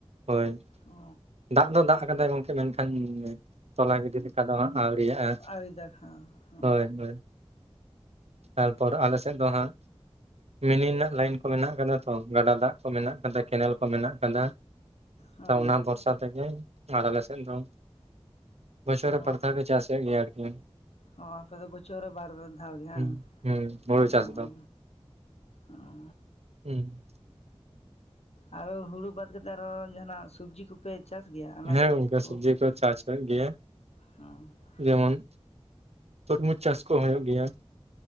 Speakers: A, on the right (about 75°); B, on the left (about 75°).
A: ᱦᱳᱭ
B: ᱚ
A: ᱫᱟᱜ ᱫᱚ ᱫᱟᱜ ᱟᱠᱟᱫᱟᱭ ᱜᱚᱢᱠᱮ ᱢᱮᱱᱠᱷᱟᱱ ᱛᱚᱞᱟ ᱜᱤᱰᱤ ᱞᱮᱠᱟ ᱫᱚ ᱦᱟᱸᱜ ᱟᱹᱣᱨᱤᱭᱟᱜᱼᱟ
B: ᱟᱹᱣᱨᱤ ᱫᱟᱜ ᱦᱟᱸ ᱦᱚᱸ
A: ᱦᱳᱭ ᱦᱳᱭ। ᱛᱟᱨᱯᱚᱨ ᱟᱞᱮᱥᱮᱫ ᱫᱚ ᱦᱟᱸᱜ ᱢᱤᱱᱤ ᱨᱮᱱᱟᱜ ᱞᱟᱭᱤᱱ ᱠᱚ ᱢᱮᱱᱟᱜ ᱠᱟᱫᱟ ᱛᱚ, ᱜᱟᱰᱟ ᱫᱟᱜ ᱠᱚ ᱢᱮᱱᱟᱜ ᱠᱟᱫᱟ, ᱠᱮᱱᱮᱞ ᱠᱚ ᱢᱮᱱᱟᱜ ᱠᱟᱫᱟ,
B: ᱦᱚᱸ
A: ᱚᱱᱟ ᱵᱷᱚᱨᱚᱥᱟ ᱚᱱᱠᱟ ᱛᱮ ᱜᱮ ᱟᱨ ᱞᱮᱥᱮᱫ ᱫᱚ ᱵᱚᱪᱷᱚᱨ
B: ᱚ
A: ᱨᱮ ᱵᱟᱨᱫᱷᱟᱣ ᱜᱮ ᱪᱟᱥ ᱦᱩᱭᱩᱜ ᱜᱮᱭᱟ ᱟᱨᱠᱤ।
B: ᱚ ᱟᱯᱮ ᱫᱚ ᱵᱚᱪᱷᱚᱨ ᱨᱮ ᱵᱟᱨ ᱵᱮᱫ ᱫᱷᱟᱣ ᱜᱮ ᱦᱟᱝ
A: ᱦᱩᱸ ᱦᱩᱸ ᱦᱩᱲᱩ ᱪᱟᱥ
B: ᱚᱸ
A: ᱫᱚ
B: ᱚᱸ।
A: ᱦᱩᱸ
B: ᱟᱨ ᱦᱚᱸ ᱦᱩᱲᱩ ᱵᱟᱫ ᱠᱟᱛᱮᱫ ᱟᱨᱦᱚᱸ ᱡᱟᱦᱟᱱᱟᱜ ᱥᱚᱵᱽᱡᱤ ᱠᱚᱯᱮ ᱪᱟᱥ ᱜᱮᱭᱟ ᱟᱱᱟᱡᱽ
A: ᱦᱮᱸ
B: ᱯᱟᱹᱛᱤ ᱠᱚ?
A: <unintelligible> ᱪᱟᱥ ᱦᱩᱭᱩᱜ ᱜᱮᱭᱟ।
B: ᱚ
A: ᱡᱮᱢᱚᱱ ᱛᱩᱨᱢᱩᱡᱽ ᱪᱟᱥ ᱠᱚ ᱦᱩᱭᱩᱜ ᱜᱮᱭᱟ